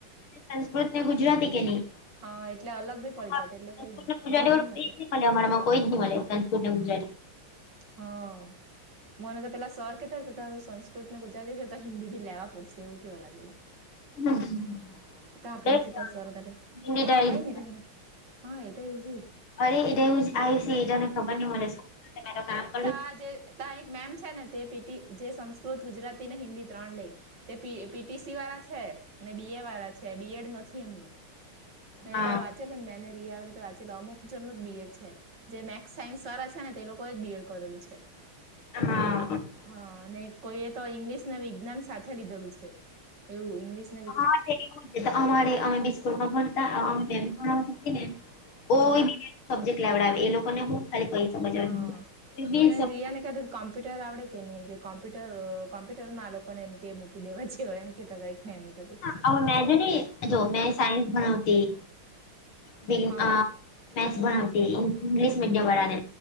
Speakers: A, on the left; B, on the right.
A: એ સંસ્કૃત ને ગુજરાતી કે નહી
B: હા એટલે અલગ બી પડી
A: <unintelligible>
B: જતા એટલે કઈ નઈ
A: ગુજરાતી
B: વાંધો
A: કોઈજ
B: હતો
A: નહી મળે અમારા માં કોઈ જ નહી મળે <unintelligible> જાય
B: હ મને પેલા સર કે તું સંસ્કૃત ને ગુજરાતી છેતો હિન્દી ભી લેવા પડશે એવ કેવા લાગેલા
A: લઈ
B: ત પ્રિન્સીપાલ
A: લેવાના
B: સર ત્યારે
A: હિન્દી
B: હા
A: તો
B: કઈ રહીલા હા એતો ઇઝી
A: અરે એવુ આઈ સી એવું જ આવી છે એને ખબર નઈ મને સ્કૂલ મે કામ કર્યું
B: આજે તા એક મેમ છે ને તે પીટી જે સંસ્કૃત ગુજરાતી ને હિન્દી ત્રણ લઈ તે પી પીટીસી વાળા છે. ને બી એ વાળા છે બી એડ નથી એમનું મે
A: હા
B: ત વાત મેનેરિયા આવે તો વાચે અમુક જનો જ બીએડ છે જે મે સાયન્સ વાળા છે ને તે લોકો એ જ બીએડ કરેલું છે
A: હા
B: હા અને કોઈ એ તો ઈંગ્લિશ ને વિજ્ઞાન સાથે લીધેલું છે એવું ઇંગ્લિશ
A: હા એવું જ છે અમારે અમે બિસ્કૂલમાં ભણતા <unintelligible> ઓ
B: હા
A: બી સબ્જેક્ટ લેવડાવે એ લોકોને હું ખાલી પૈસા બચાવવા
B: હા
A: કોઈ બી
B: મનેન
A: સબ્જેક્ટ
B: રિયાને ક કોમ્પ્યુટર આવડે કે નહી એમ કે કોમ્પ્યુટર કોમ્પ્યુટરમાં આલોકોને એમ કે મૂકી દેવા જે હો એમ કેતાતા <unintelligible>
A: હા <unintelligible> મેન જો મેં સાયન્સ ભણાવતી મે
B: હા
A: મેથ્સ ભણાવતી ઇંગ્લિશ મીડિયમ વાળા ને